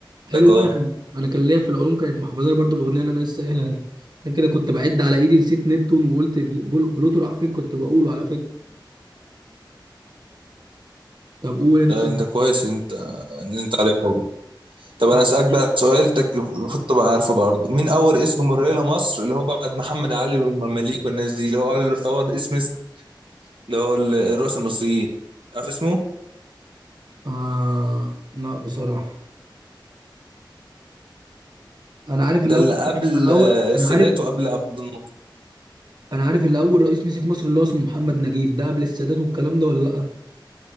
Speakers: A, on the right; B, on the right.
A: حلو
B: لك اه
A: انا كان انا كان ليا في العلوم كانت محافظاني برضو الاغنيه اللي انا لسه قايلها دي انا كده كنت بعد على ايدي نسيت نبتون وقلت بل- بل- بلوتو راح فين كنت بقوله على فكره طب قول انت
B: ده انت كويس انت ان انت عارف والله. طب انا
A: كده.
B: اسالك بقى سؤال تك- المفروض تبقى عارفه برضه مين اول اسم مريه لمصر اللي هو بعد محمد علي والمماليك والناس دي اللي هو اول أول اسم مصري، اللي هو الرؤساء المصريين عارف اسمه
A: آه لا بصراحه انا عارف
B: ده
A: الاول
B: اللي قبل
A: انا اول
B: آه، السادات
A: انا عارف
B: وقبل عبد الناصر
A: انا عارف اللي اول رئيس مسك مصر اللي هو اسمه محمد نجيب ده قبل السادات والكلام ده ولا لا